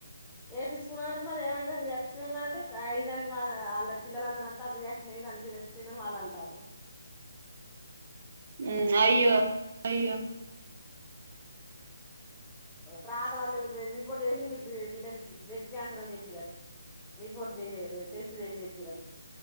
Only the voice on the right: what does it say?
ఉమ్ అయ్యో అయ్యో